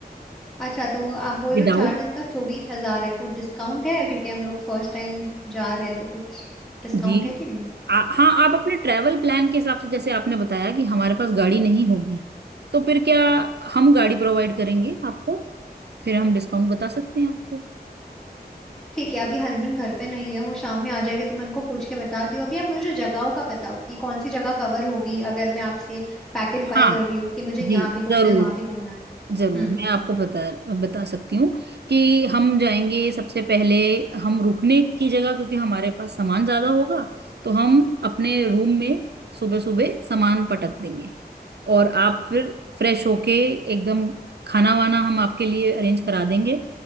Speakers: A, in the centre; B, on the right (about 85°).
A: अच्छा तो आप बोल
B: विदाउट
A: रहे हो चार दिन का चौबीस हजार है कुछ डिस्काउंट है क्योंकि हम लोग फर्स्ट टाइम जा रहे हैं तो कुछ डिस्काउंट
B: जी
A: है कि नहीं
B: आ, हाँ आप अपने ट्रैवल प्लान के हिसाब से जैसे आपने बताया कि हमारे पास गाड़ी नहीं होगी तो फिर क्या हम गाड़ी प्रोवाइड करेंगे आपको फिर हम डिस्काउंट बता सकते हैं आपको
A: ठीक है अभी हस्बैंड घर पे नहीं है वो शाम में आ जाएंगे तो मैं उनको पूछ के बताती हूँ अभी आप मुझे जगहों का बताओ कि कौन सी जगह कवर होगी अगर मैं आपसे पैकेज बाय
B: हाँ
A: कर रही हूँ कि मुझे यहाँ
B: जी
A: भी घूमना
B: जरूर
A: है वहां भी घूमना है
B: जरूर
A: हम्म
B: मैं आपको बता बता सकती हूँ कि हम जाएंगे सबसे पहले हम रुकने की जगह क्योंकि हमारे पास सामान ज्यादा होगा तो हम अपने रूम में सुबह सुबह सामान पटक देंगे और आप फिर फ्रेश होके एकदम खाना वाना हम आपके लिए अरेंज करा देंगे